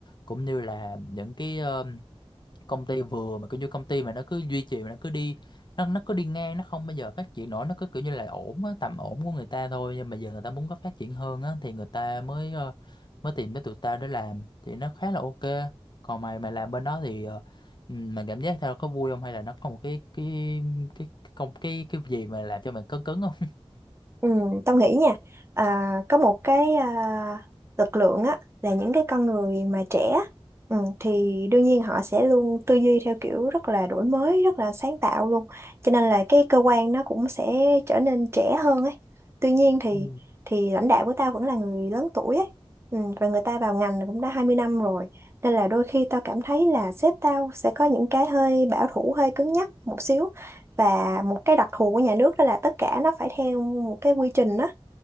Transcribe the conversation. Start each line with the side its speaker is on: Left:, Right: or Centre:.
Left: cũng như là những cái ờ, công ty vừa mà kiểu như công ty mà nó cứ duy trì mà nó cứ đi nó nó cứ đi ngang nó không bao giờ phát triển nổi nó cứ kiểu như là ổn á, tầm ổn của người ta thôi nhưng mà giờ người ta muốn có phát triển hơn á thì người ta mới ờ, mới tìm tới tụi tao để làm thì nó khá là ok còn mày mày làm bên đó thì ờ, ừ, mày cảm giác tao có vui không hay là nó có một cái cái cái cái công cái cái gì mà làm cho mày cứng cứng không
Right: Ừ, tao nghĩ nha à, có một cái à, lực lượng á là những cái con người mà trẻ á, ừ, thì đương nhiên họ sẽ luôn tư duy theo kiểu rất là đổi mới rất là sáng tạo luôn cho nên là cái cơ quan nó cũng sẽ trở nên trẻ hơn ấy tuy nhiên thì
Left: Ừ.
Right: thì lãnh đạo của tao vẫn là người lớn tuổi ấy ừ, và người ta vào ngành cũng đã 20 năm rồi nên là đôi khi tao cảm thấy là sếp tao sẽ có những cái hơi bảo thủ hơi cứng nhắc một xíu và một cái đặc thù của nhà nước đó là tất cả nó phải theo một cái quy trình đó